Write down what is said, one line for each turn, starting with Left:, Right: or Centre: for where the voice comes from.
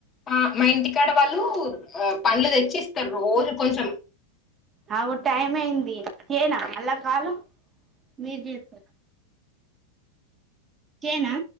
Left: ఆ మా ఇంటికాడ వాళ్ళు పండ్లు తెచ్చి ఇస్తారు రోజు కొంచెం
Right: అగో టైమ్ ఐంది చేయనా మల్ల కాల్ మీరూ జేతర చేయానా